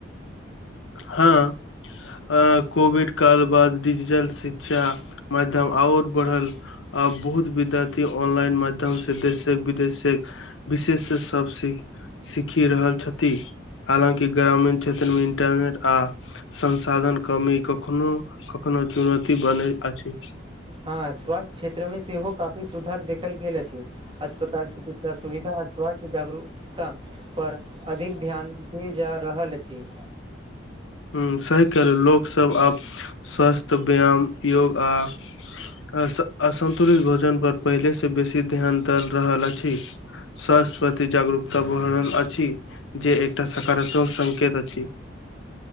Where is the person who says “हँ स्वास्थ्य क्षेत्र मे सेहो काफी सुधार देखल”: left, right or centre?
Right